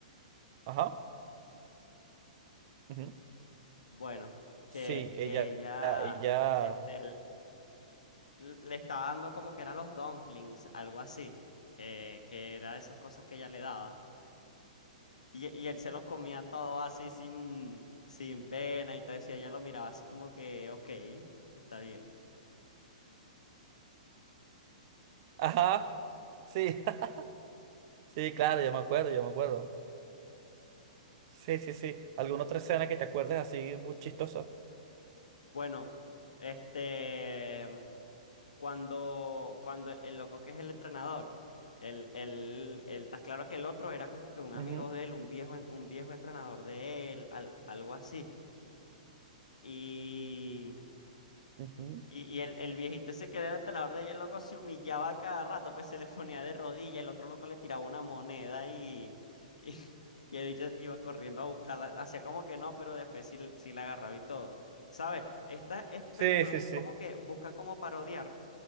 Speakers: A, on the right; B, on the left.
A: Ajá. ujú.
B: Bueno,
A: Sí,
B: que,
A: ella,
B: que ella
A: ella,
B: este, l- le estaba dando como que eran los dumplings, algo así, que, que era esas cosas que ella le daba. Y, y él se los comía todo así sin, sin pena y todo eso, y ella lo miraba así como que, ok, está bien.
A: ajá. Sí, <laughs> sí, claro, yo me acuerdo, yo me acuerdo. Sí, sí, sí. ¿Alguna otra escena que te acuerdes así muy chistosa?
B: Bueno, este, cuando, cuando el loco que es el entrenador, el, el, el, está claro que el otro era como que un
A: Ujú,
B: amigo de él, un viejo, en- un viejo entrenador de él, al- algo así. Y,
A: ujú.
B: y, y el, el viejito ese que era el entrenador de ella, el loco se humillaba cada rato, pues se le ponía de rodillas, el otro loco le tiraba una moneda y, <laughs> y, y el bicho iba corriendo a buscarla, hacía como que no, pero después sí, sí la agarraba y todo. ¿Sabes? Estas es-
A: Sí,
B: películas
A: sí,
B: es
A: sí.
B: como que buscan como parodiar.